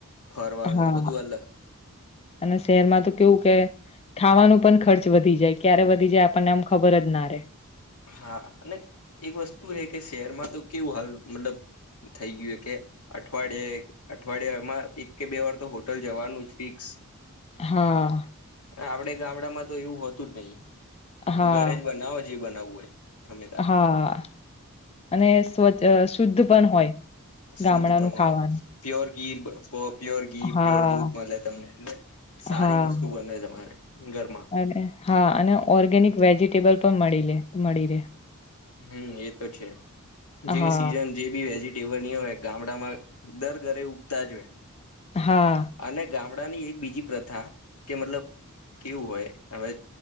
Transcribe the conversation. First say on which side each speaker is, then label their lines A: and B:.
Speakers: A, on the left; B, on the left.
A: ફરવાનું
B: હા
A: બધું અલગ
B: અને શહરમાં તો કેવું કે ખાવાનું પણ ખર્ચ વધી જાય ક્યારે વધી જાય આપણને આમ ખબર જ ના રે
A: હા અને એક વસ્તુ હ કે શહેરમાં તો કેવું હાલ મતલબ થઈ ગયું કે અઠવાડિયાે અઠવાડિયામાં એક કે બે વાર તો હોટલ જવાનું જ ફિક્સ
B: હા
A: આપડે ગામડામાં તો એવું હોતું જ નહી
B: હા
A: ઘરે જ બનાવો જે બનાવવું હોય ગમે તાર
B: હા અને સ્વ શુદ્ધ પણ હોય.
A: શ સુધ
B: ગામડાનું
A: પણ હોય
B: ખાવાનું
A: પ્યોર. ઘી પ્યોર ઘી
B: હા
A: પ્યોર દૂધ મળે તમને એટલે સારી
B: હા
A: વસ્તુ બને તમારે. ઘરમાં
B: અને હા અને ઓર્ગેનિક વેજીિટેબલ પણ મળી મળી રહેે.
A: હમ એ તો છે જે
B: હા
A: સીઝન જે બી વેજી ટેવની હોય ગામડામાં દર ઘરે ઉગતા જ હોય
B: હા
A: અને ગામડા ની એક બીજી પ્રથા કે મતલબ કેવું હોય હવે